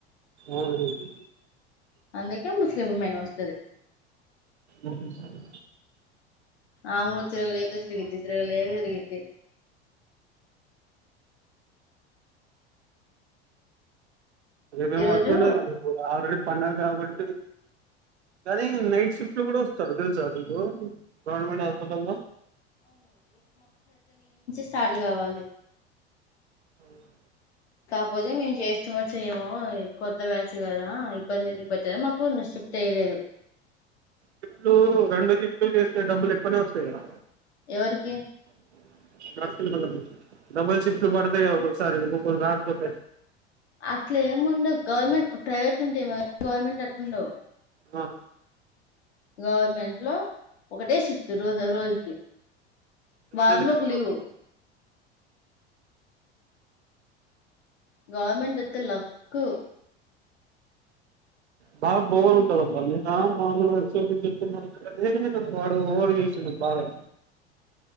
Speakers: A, on the right; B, on the left.
A: అవును
B: అందు కే ముస్లిం మెన్ నమస్తది
A: అ సరే
B: ఆ ఊ తిరగలేక తిరిగింది తిరగలేక తిరిగింది
A: రేపేం
B: ఈ రోజు
A: వర్క్ ఉండదు కద ఆల్రెడీ పండగ కాబట్టి కానీ నైట్ షిఫ్ట్ లో కూడా వస్తాడు. తెలుసా మీకు గవర్నమెంట్ హాస్పిటల్ల
B: స్ట ర్ట్ కావాలి
A: అవును
B: కాకపోతే మేము చేస్తామో చేయ్యమో కొత్త బ్యాచ్ కదా ఇబ్బంది ఎందుకు పెట్టాడం. మాకు షి ఫ్ట్ ఏయలేదు.
A: షిఫ్ట్లు రెండు షిఫ్ట్లు చేస్ డబ్బులు ఎక్కువనే వస్తాయి గాదా
B: ఎవరికి
A: <unintelligible> డబల్ షిఫ్ట్ పడుతాయి ఒక్ <unintelligible>
B: అట్లే ఏముండ గవర్నమెంట్ ప్రైవేట్ ఉంటాయి మ గవర్నమెంట్ల అట్లుండవు
A: ఆ
B: గవర్నమెంట్ లో ఒకటే షిఫ్ట్ రోజు రోజుకి
A: అందుకనే
B: వారానికి
A: లేట్
B: ఒక
A: బ్రో
B: లివు గవర్నమెంట్ అయితే లక్
A: బా బోర్ ఉంటదబ్బా నిన్న మామూలు <unintelligible> వాడు ఓడు చేసిండు బావే